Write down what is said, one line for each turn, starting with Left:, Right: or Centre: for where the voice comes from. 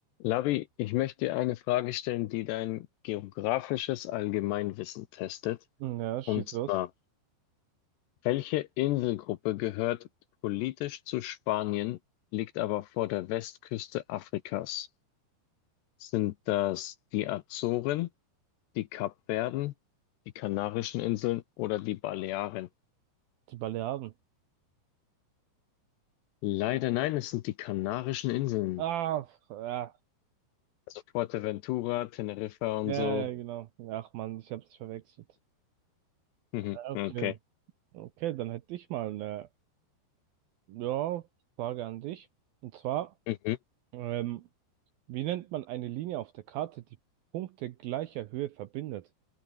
Left: Labi, ich möchte dir eine Frage stellen, die dein geografisches Allgemeinwissen testet.
Right: Hm, Ja, schieß
Left: Und zwar,
Right: los.
Left: welche Inselgruppe gehört politisch zu Spanien, liegt aber vor der Westküste Afrikas? Sind das die Azoren, die Kapverden, die Kanarischen Inseln oder die Balearen?
Right: Die Balearen.
Left: Leider nein, es sind die Kanarischen Inseln.
Right: Ah, ja.
Left: Also Fuerteventura, Teneriffa und
Right: Ja,
Left: so.
Right: ja, genau. Ach Mann, ich hab's verwechselt.
Left: <laughs> Mhm,
Right: Ah, Okay.
Left: Okay.
Right: Okay, dann hätte ich mal eine, ja, Frage an dich. Und zwar,
Left: Mhm.
Right: ähm, wie nennt man eine Linie auf der Karte, die Punkte gleicher Höhe verbindet?